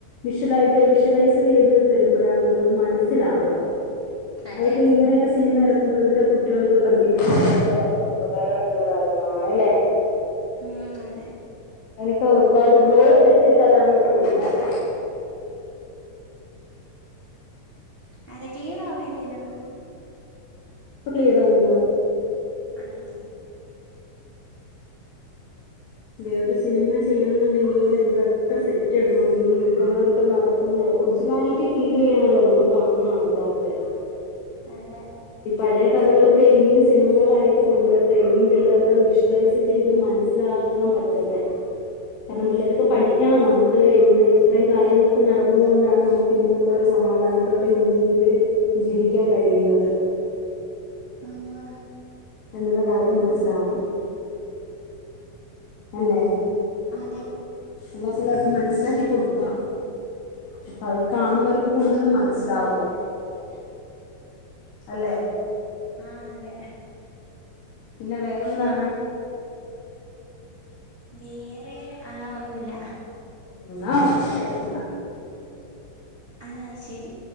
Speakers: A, on the left (about 85°); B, on the right (about 20°).
A: വിഷ്വലായിട്ട് വിഷ്വലൈസ് ചെയ്ത് തരുമ്പോഴാണ് നമുക്ക് അത് മനസ്സിലാവുക.
B: അതെ
A: അതൊക്കെ ഇങ്ങനെയൊക്കെ സിനിമ ഇറ ഇങ്ങനെ ഉള്ളതൊക്കെ കുട്ടികൾക്ക് പഠിക്കുന്നത് ഭയങ്കര ഉപകാരമായിട്ടുളള കാര്യങ്ങളാണല്ലേ.
B: ഉം അതെ.
A: എനിക്ക് ഒരുപാട് എന്തോരം സെറ്റ് ഇട്ടാലാണ് ഒരു സിനിമക്ക
B: അതെ ക്ലിയർ ആവണില്ലല്ലോ.
A: ഇപ്പോ ക്ലിയർ ആവുന്നുണ്ടോ.
B: ആഹ ഇണ്ട്.
A: അതെ ഒരു സിനിമ ചെയ്യണം എന്നുണ്ടെങ്കിൽ എന്തൊക്കെ സെറ്റ് ഇടണം ഈ യുദ്ധങ്ങളൊക്കെ നട നടക്കുന്ന ഒറിജിനാലിറ്റി ഫീൽ ചെയ്യണല്ലോ നമ്മ കാണുന്ന ആൾക്കാർക്ക്.
B: അതെ.
A: ഈ പഴയ കഥകളാക്കെ ഇനിയും സിനിമകളായിട്ട് കൊണ്ടുവരട്ടെ ഇനിയും പിള്ളേർക്ക് അത് വിഷ്വലൈസ്. ചെയ്ത് മനസിലാകാൻ പറ്റട്ടെ. കാരണം പിള്ളേർക്കെ പഠി പഠിക്കണം നമുക്ക് ഇന്ന് ഇത്രയും കാര്യങ്ങളൊക്കെ നടന്നതുകൊണ്ടാണ് നമുക്ക് ഇന്നിപ്പോ സമാധാനത്തോടെ ഇന്ത്യയില്. ജീവിക്കാൻ കഴിയുന്നത്.
B: ആഹ്.
A: എന്നുള്ള കാര്യം മനസ്സിലാവണം. അല്ലേ.
B: അതെ.
A: എല്ലാ പിള്ളേർക്ക് മനസ്സിലാക്കി കൊടുക്കണം അപ്പോ അവർ കാണുമ്പോ അവർക്ക് കൂടുതലും മനസ്സി പ്ലാവും.
B: ഹലോ.
A: അല്ലേ.
B: ആഹ് അതെ.
A: പിന്നെ വേറെന്താണ്?
B: വേറെ ആ ഒന്നുമില്ല.
A: എന്നാ ഓക്കേ ശരിന്ന.
B: ആഹ് ശരി.